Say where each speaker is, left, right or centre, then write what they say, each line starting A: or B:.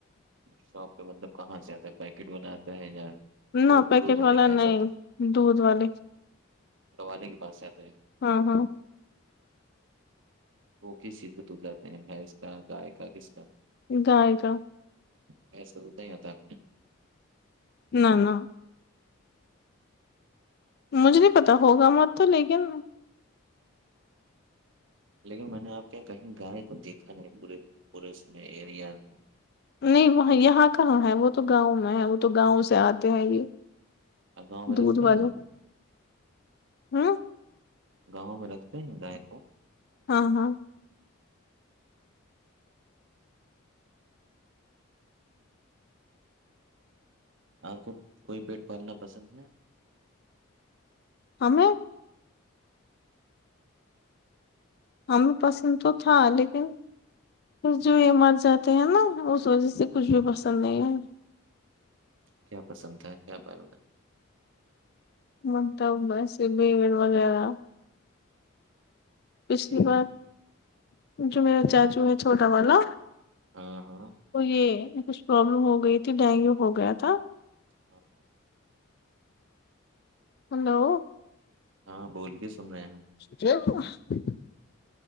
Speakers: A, on the right; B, on the left.
A: شاپ پہ مطلب کہاں سے آتا ہے پیکٹ والا آتا ہے یا دو
B: نہ پیکٹ
A: دودھ والے
B: والا
A: کے یہاں
B: نہیں
A: سے آتا ہے
B: دودھ والے
A: والے کے پاس سے آتا ہے
B: ہاں ہاں
A: تو وہ کس چیز کا دودھ لاتے ہیں بھینس کا گائے کا کس کا
B: گائے گا
A: بھینس کا دودھ نہیں آتا آپ
B: نہ نہ مجھے نہیں پتا ہوگا واں تو لیکن
A: یہاں؟ لیکن میں نے آپ کے یہ کہیں گائے تو دیکھا نہیں پورے پورے اس میں ایریا میں
B: نہیں وہ یہاں کہاں ہے وہ تو گاؤں میں ہے وہ تو گاؤں سے آتے ہیں یہ
A: آپ گاؤں میں
B: دودھ
A: رکھتے
B: والے
A: ہیں
B: ہاں
A: گاؤں میں رکھتے ہیں گائے کو
B: ہاں ہاں
A: آپ کو کوئی پٹ پالنا پسند ہے
B: ہمیں ہمیں پسند تو تھا لیکن جو یہ مر جاتے ہیں نا اس وجہ سے کچھ بھی پسند نہیں ہے
A: کیا پسند تھا کیا پالنا
B: <unintelligible> وغیرہ پچھلی
A: ہے
B: بار جو میرا چاچو ہے چھوٹا والا
A: ہاں ہاں
B: تو یہ کچھ پرابلم ہو گئی کے ڈینگیو ہو گیا تھا
A: ہاں ہاں
B: ہلو
A: ہاں بولیے سن رہے ہیں ہم
B: <unintelligible>